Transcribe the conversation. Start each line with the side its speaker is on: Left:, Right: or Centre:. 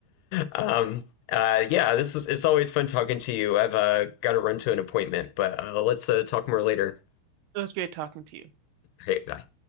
Left: Um, uh, yeah, this is it's always fun talking to you. I've uh, got to run to an appointment, but uh, let's uh, talk more later.
Right: It was great talking to you.
Left: Hey, bye.